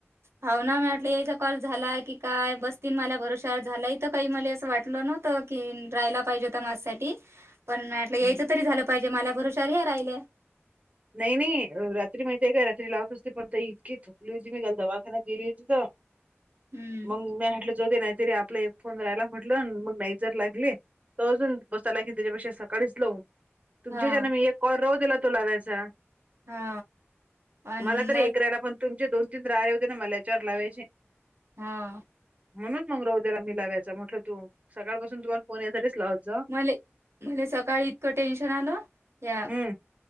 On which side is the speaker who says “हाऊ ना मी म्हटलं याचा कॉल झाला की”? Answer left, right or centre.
Right